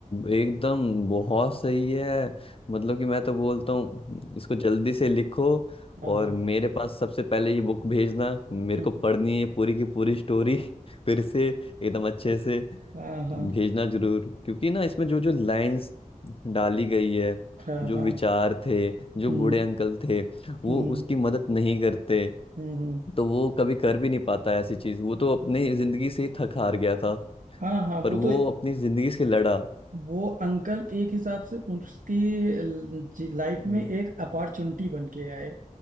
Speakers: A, on the left (about 45°); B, on the right (about 85°).
A: एकदम बहुत सही है मतलब कि मैं तो बोलता हूँ इसको जल्दी से लिखो
B: हाँ
A: और
B: हाँ
A: मेरे पास सबसे पहले ये बुक भेजना मेरे
B: <laughs>
A: को
B: हाँ
A: पढ़नी है पूरी की पूरी स्टोरी <laughs> फिर से एकदम अच्छे से
B: हाँ हाँ हाँ
A: तो
B: हाँ।
A: भेजना जरूर क्योंकि ना इसमें जो जो लाइंस डाली गई है
B: हाँ
A: जो
B: हाँ
A: विचार थे जो
B: हम्म
A: बूढ़े अंकल थे वो
B: हम्म
A: उसकी मदद नहीं करते
B: हम्म हम्म।
A: तो वो कभी कर भी नहीं पाता ऐसी चीज वो तो अपनी जिंदगी से ही थक हार गया था
B: हाँ हाँ
A: पर
B: वो
A: वो
B: तो
A: अपनी जिंदगी से लड़ा
B: वो अंकल एक हिसाब से उसकी लाइफ
A: हम्म।
B: में एक अपॉर्चुनिटी बन के आए